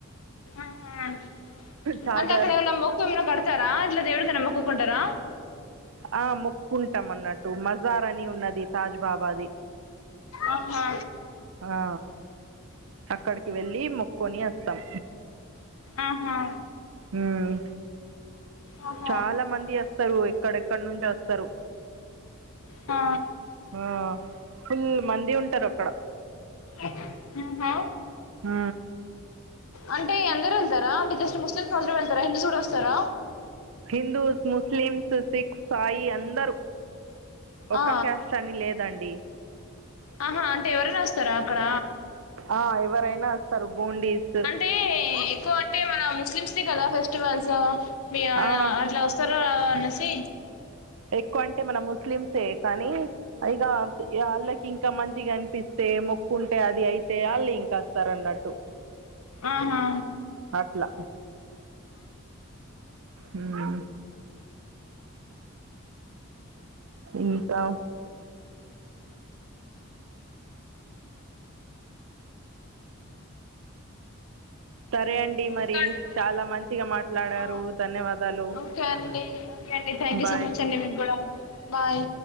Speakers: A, on the left; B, on the right.
A: ఆహా
B: చాదర్
A: అంటే అక్కడ ఏమైన్నా మోక్కు ఏమన్నా కడతారా అట్లా దేవుడికైనా మోక్కుకుంటారా.
B: ఆ మొక్కుంటాం మన్నట్టు మజార్ అని ఉన్నది తాజ్ బాబాది.
A: అం హా.
B: ఆ అక్కడికి వెళ్ళలి మొక్కొని అస్తాం.
A: ఆహా.
B: హ్మ్.
A: ఆహా
B: చాలా మంది అస్తారు ఎక్కడెక్కడ నుంచి అస్తారు.
A: ఆ.
B: ఆ ఫుల్ మంది ఉంటారు అక్కడ
A: ఆహా
B: హ
A: అంటే ఎం ఇందరు వెళ్తారా అంటే జస్ట్ ముస్లిమ్స్ అందరు వెళ్ళారా హిందూస్ కూడా వస్తారా
B: హిందూస్ ముస్లిమ్స్ సిఖ్ సాయి అందరూ ఒక్క
A: ఆ,
B: క్యాష్ అని లేదండి
A: ఆహా అంటే ఎవరైనా వస్తారా అక్కడ
B: ఆ ఎవరైనా వస్తారు గోండీస్
A: అంటే ఎక్కువ అంటే మన ముస్లిమ్స్ది కదా ఫెస్టివల్స్ మీ
B: ఆ
A: అట్లా వ సర అనేసి
B: ఎక్కువ అంటే మన ముస్లిమ్సే కానీ ఇగా వాళ్ళకి ఇంకా మంచిగా అనిపిస్తే మొక్కుంటే అది అయితే వాళ్ళు ఇంకా వస్తారున్నట్టు
A: ఆహా
B: అట్లా ఆ ఇంకా సరే అండి మరి
A: ఇంకా అండి
B: చాలా మంచిగా మాట్లాడారు
A: ఆ,
B: ధన్యవాదాలు
A: ఓకే అండి ఓకే అండి thank you
B: bye
A: so much అండి మీ కూడా బాయ్